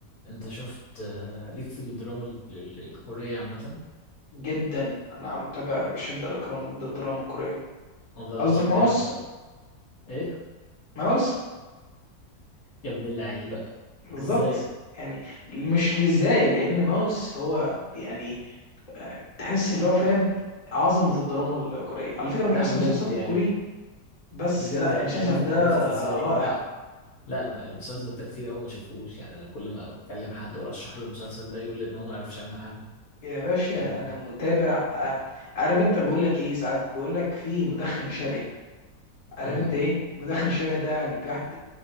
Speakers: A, on the left; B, on the left.
A: انت شفت آه، ليك في الدراما ال- ال- الكورية عامة
B: جدا انا متابع بشده الاكرام الدراما الكوريه
A: والله العظيم
B: قصدك
A: جامد
B: ماوس
A: طب ايه
B: ماوس
A: يا ابن اللعيبة
B: بالظبط
A: ازاي؟
B: يعني مش لازاي لان ماوس هو يعني آه، تحس اللي هو فاهم عظمه الدراما الكوريه على فكره
A: لا
B: مش احسن
A: بجد
B: مسلسل
A: يعني
B: كوري بس
A: بجد
B: لا
A: عرفت
B: المسلسل ده
A: عرفت ازاي
B: رائع
A: لا لا المسلسل ده كتير قوي ما شافوهوش يعني انا كل ما اكلم حد وارشح له المسلسل ده يقول لي ان هو ما يعرفش عنه حاجة
B: يا باشا
A: <laughs>
B: انا متابع آه، عارف انت بقول لك ايه ساعات بقول لك في مدخن شره عارف
A: امم
B: انت ايه مدخن شره ده يعني بيحط